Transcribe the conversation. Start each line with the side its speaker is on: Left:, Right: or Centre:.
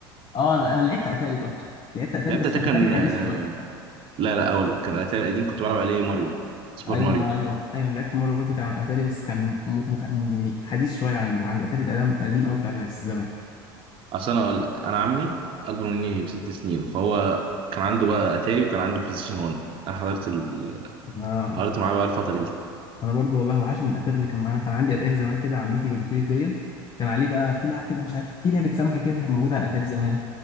Left: اه انا أنا لعبت اتاري برضو لعبت اتاري
Right: لعبت
Left: بس
Right: اتاري
Left: كان اتاري
Right: كان
Left: حديث
Right: آه،
Left: شويه
Right: لا لا اقول لك كان اتاري قديم كنت بلعب عليه ماريو سوبر
Left: ايوه
Right: ماريو
Left: ما- ايوه ايوه لعبت مره برضو كان على اتاري بس كان م... مت... م... يعني حديث شويه عن عن الاتاري القديم القديم قوي بتاع زمان
Right: اصل انا اقول لك انا عمي اكبر مني بست سنين فهو كان عنده بقى اتاري وكان عنده بلاي ستيشن 1 انا حضرت ال...
Left: اه
Right: حضرت معاه بقى الفتره دي
Left: انا برضو والله وحشني الاثار اللي كان معانا كان عندي اتاري زمان كده عمتي جابته لي هديه كان عليه بقى في لعب كده مش عارف في لعبه سمكه كده كانت موجوده على الاتاري زمان